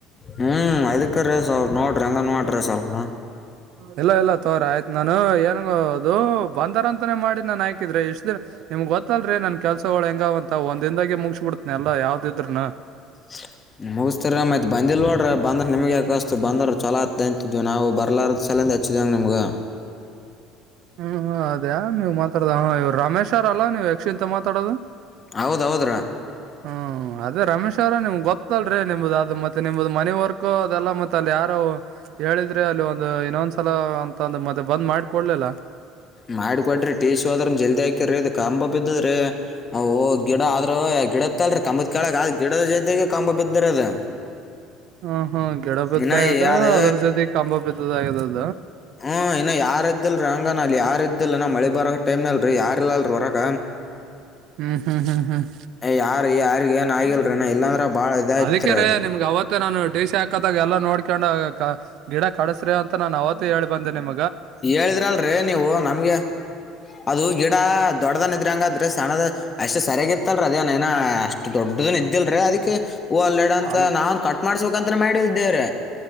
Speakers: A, on the left (about 30°); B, on the right (about 65°).
A: ಹ್ಮ್ ಅದಕ್ಕೆ. ರೀ ಸ್ವಲ್ಪ ನೋಡ್ರಿ ಹಂಗ ನೋಡ್ರಿ ಸ್ವಲ್ಪ
B: ಇಲ್ಲ ಇಲ್ಲ ತೋರ ಆಯ್ತ್ ನಾನು ಏನ. ಹೂ ಬಂದಾರಂತ. ಮಾಡಿ ನಾನ್ ಹಾಕಿದ್ರಿ ಇಷ್ಟ್ ದಿನ ನಿಮ್ ಗೊತ್ತಲ್ರಿ ನನ್ ಕೆಲ್ಸಗಳುಳ ಹೆಂಗ್ಂತ ಒಂದಿಂದಾಗಿ ಮುಗಸಿ ಬಿಡ್ತನನೆ ಎಲ್ಲ. ಯಾವುದಿದ್ರೂನು.
A: <inaudible> ಮುಗಿಸಸ್ತರ ಮಯತ್ ಬಂದಿಲ್ ನೋಡ್ರ ಬಂದ್ರ ನಿಮಗ್ ಯಾಕಷ್ಟು ಬಂದ್ರ ಚಲೋ ಆತ್ ಅಂತ್ ನಾವು ಬರ್ಲಾರ. ಕಲಂದಚ್ಚಿದಂಗ ನಮಗೆ.
B: ಹ್ಮ್ ಅದೇ ನೀ ಮಾತಾಡದ ಇವ್ ರಮೇಶ್ರಲ್ಲ ನೀವು ಯಕ್ಷಂತ ಮಾತಾಡೋದು.
A: ಹೌದೌದ್ರಾ.
B: ಹ್ಮ್ ಅದೇ ರಮೇಶ್ ಅವ್ರ ನಿಮ್ಗೆ ಗೊತ್ತಲ್ರರಿ ನಿಮ್ದ ಅದು ಮತ್ತೆ ನಿಮ್ದ್ ಮನ ವರ್ಕ್ ಅದೆಲ್ಲಾ ಮತ್ತತ್ ಅಲ್ಲಿ ಯಾರ. ಹೇಳಿದ್ರೆ ಅಲ್ಲಿ ಒಂದು ಇನ್ನೊಂದ್ಸಲ ಅಂತ ಒಂದು ಮತ್ತೆ ಬಂದ್ ಮಾಡ್ಕೊಡ್ಲಿಲ್ಲ.
A: ಮಾಡಕೊಡ್ರಿ ಟೀ ಶ ಹೋದ್ರ ಜಲ್ದಿ ಹಾಕಿರಿ ಕಂಬ ಬಿದ್ದದ್ರಿ ಅ ಗಿಡ ಆದ್ರ. ಗಿಡತ್ತಲ್ರಿ ಕಂಬತ್ ಕ ಕೆೇಳಗ ಅ ಗಿಡದ ಜೊತೆಗೆ ಕಂಬ ಬಿದ್ದರ ಅದು.
B: ಹ ಹಾ ಗಿಡ ಬಿದ್ದ
A: ಇನ್ನ
B: ಆದ
A: ಅದು
B: ಅದ್ರ ಜೊತೆ ಕಾಂಬ ಬಿದ್ದದ ಆದ.
A: ಹ್ಮ್ ಇನ್ನು ಯಾರದ್ದಲ್ ರಂಗನ ಅಲ್ಲಿ ಯಾರ್ದಲ್ಲ ನ ಮಳೆ. ಬರ ಟೈಮ್ನ ಅಲ್ರಿ ಯಾರಿಲ್ಲ ಅಲ್ರಿ ಹೊರಗ.
B: ಹ್ಮ್ ಹ್ಮ್ ಹ್ಮ್. ಹ್ಮ್
A: ಯಾರ ಯಾರಿಗ ಏನ್ ಆಗಿಲ್ರಿನ ಇಲ್ಲಾಂದ್ರ ಬಾಳ. ಇದಾಯತ್ರಿ
B: ಅದಕ್ಕೆರಿ
A: ಅದು
B: ನಿಮ್ಗ್ ಅವ ಮತ್ತೆ ನಾನು ಡ ಸಿ ಹಾಕತ್ತದಾಗ ಎಲ್ಲಾ ನೋಡ್ಕೊಂಡ್ ಗಿಡ ಕಡಸ್ರಿ ಅಂತ ನಾನನ್ ಅವತ್ತ ಹ ಹೇಳಿ ಬಂದೆ ನಿಮ.
A: ಹೇಳಿದ್ರ ಅಲ್ರರಿ ನೀವು ನಮ್ಗೆ ಅದು ಗಿಡ ದೊಡ್ಡದನ್ ಇದ್ರ ಹಂಗಾದ್ರೆ ಸಣ್ಣದ ಅಷ್ಟ್ ಸರಿಯಾಗಿತ್ತ ಇತ್ತಲ್ರ ಅದೇನ ನ ಅಷ್ಟ್ ದೊಡ್ಡದನ್ ಇದಲ್ರೀ ಅದಕ್ಕೆ ಹೂ ಅಲ್ಲೆಡ ಅಂತ
B: ಅಲ್
A: ನಾನ್ ಕಟ್ಟ ಮಾಡ್ಸಬೇಕಕ್ಂತ ಮಾಡ ದೇವ್ರ